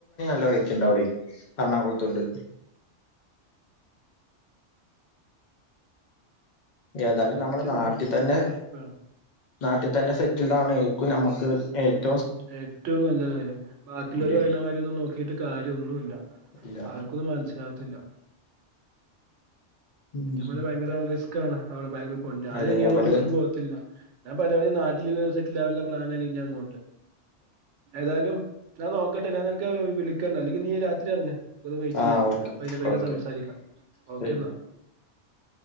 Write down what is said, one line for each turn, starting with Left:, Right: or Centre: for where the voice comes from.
Left: <unintelligible> എറണാകുളത്തുണ്ട് ഏതായാലും
Right: സത്യം
Left: നമ്മുടെ നാട്ടിൽ
Right: പറഞ്ഞ അതൊക്കെ
Left: തന്നെ
Right: സ്വയപ്പാണ്
Left: നാട്ടിൽ തന്നെ സെറ്റിൽഡ് ആവുന്നേക്കും നമ്മക്ക് ഏ
Right: ഏറ്റവും നല്ല കാര്യം ബാക്കിളവർ
Left: അതെ
Right: പറയുന്ന മാരി നോക്കിട്ട് കാര്യമൊന്നുമല്ല
Left: ഇല്ല
Right: അവർക്കൊന്നും മനസ്സിലകത്തില്ല
Left: ഉം
Right: പോലെ ഭയങ്കര റിസ്ക്ക ആണ് അവിടെ ഭയങ്കര പോ ഞാനി
Left: അതെ
Right: നി
Left: അവിടെ
Right: ഒന്നും ഒരിക്കലും പോകത്തില്ല ഞാൻ പരവധി നാട്ടില് സെറ്റിൽ ആവാനുള്ള പ്ലാന ആയി ഇൻ അങ്ങോട്ട് ഏതായാലും ഞാ നോക്കട്ടെ ഞൻ നിനക്ക് വിളിക്കണ്ട അല്ലങ്കി നീ രാത്രി ഇറങ്ങ നമുക്കൊന്ന് വെയിറ്റ്
Left: ആ
Right: ചെയ്യാം
Left: ഓക്കെ
Right: അപ്പ ഇതിനെ പറ്റി
Left: ഓക്കെ
Right: സംസാരിക്കാം ഓക്കെ
Left: ശരി
Right: എന്നാ